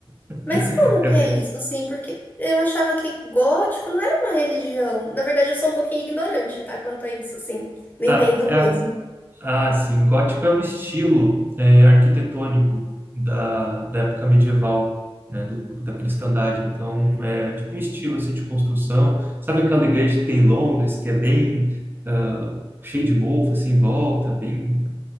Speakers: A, on the right (about 20°); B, on the left (about 20°).
A: <laughs>
B: Mas como que
A: É
B: é
A: bem.
B: isso, assim? Porque eu achava que gótico não era uma religião. Na verdade, eu sou um pouquinho ignorante, tá? Quanto a isso, assim. Não
A: Ah,
B: entendo
A: é,
B: mesmo.
A: a- ah, sim, gótico é um estilo é, arquitetônico da, da época medieval, né? Do, da cristandade. Então, é tipo um estilo assim de construção. Sabe aquela igreja que tem em Londres, que é bem ah, cheio de mofo, assim, em volta, bem